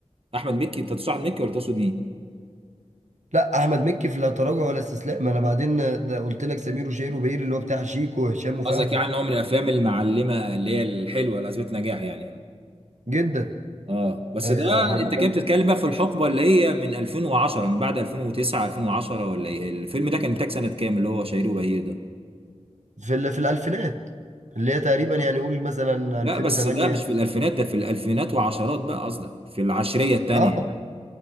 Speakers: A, on the right (about 50°); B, on the right (about 75°).
A: احمد مكي انت تقصد احمد مكي ولا تقصد مين
B: لا احمد مكي في لا تراجع ولا استسلام انا بعدين ده قلت لك سمير وشهير وبهير اللي هو بتاع شيكو وهشام وفهمي
A: قصدك يعني ان هو من الافلام المعلمه اللي هي الحلوه اللي اثبت نجاح يعني اه
B: جدا
A: آه. بس
B: آه،
A: ده
B: لما
A: انت
B: كان
A: كده بتتكلم بقى في الحقبه اللي هي من 2010 من بعد 2009 2010 ولا ايه الفيلم ده كان انتاج سنه كام اللي هو شهير وبهير ده
B: في ال- في الالفينات اللي هي تقريبا يعني قول مثلا 2008
A: لا بس ده مش في الالفينات ده في الالفينات وعشرات بقى قصدك في العشريه الثانيه
B: اه
A: يعني